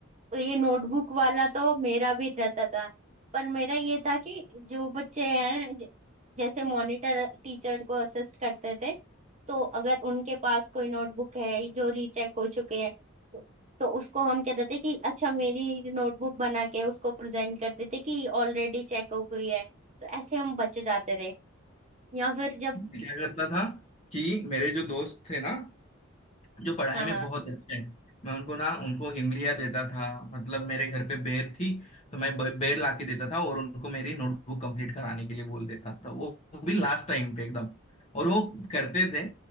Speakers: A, on the right; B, on the left.
A: ये नोटबुक वाला तो मेरा भी रहता था पर मेरा ये था कि जो बच्चे हैं ज- जैसे मॉनिटर टीचर को असिस्ट करते थे तो अगर उनके पास कोई नोटबुक है जो रीचेक हो चुके हैं तो तो उसको हम कहते थे कि अच्छा मेरी नोटबुक बना के उसको प्रेजेंट करते थे कि ऑलरेडी चेक हो गई है तो ऐसे हम बच जाते थे या फिर जब
B: मैं क्या करता था कि मेरे जो दोस्त थे ना जो पढ़ाई
A: हाँ
B: में
A: हाँ
B: बहुत अच्छे हैं मैं उनको ना उनको इमलिया देता था मतलब मेरे घर पे बेर थी तो मैं ब- बेर ला के देता था और उनको मेरी नोटबुक कंप्लीट कराने के लिए बोल देता था वो वो भी लास्ट टाइम पे एकदम और वो करते थे